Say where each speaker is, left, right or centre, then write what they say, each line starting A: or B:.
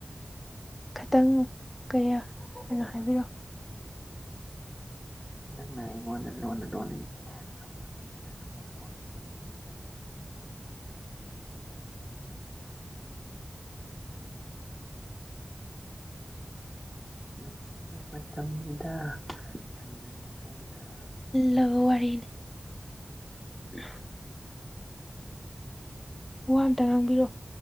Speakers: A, on the left; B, in the centre.
A: ꯈꯤꯇꯪ ꯀꯌꯥ ꯀꯩꯅꯣ ꯍꯥꯏꯕꯤꯔꯣꯑꯣ
B: ꯅꯪꯅ ꯑꯩꯉꯣꯟꯅ ꯂꯣꯟ ꯂꯣꯟꯅ ꯍꯥꯏꯕꯗꯣ ꯑꯩꯅꯁꯨ ꯅꯪꯉꯣꯟꯗ ꯂꯣꯟꯅ ꯂꯣꯟꯅ ꯌꯦꯡꯕꯅꯦꯕ ꯅꯨꯡꯁꯤꯕ ꯃꯇꯝꯅꯤꯗ ꯍꯟꯖꯜꯂꯛꯎ ꯌꯥꯔꯔꯣꯏ
A: ꯂ ꯋꯥꯔꯤꯅꯤ ꯎ ꯋꯥ ꯑꯝꯇ ꯉꯥꯡꯕꯤꯔꯛꯑꯣ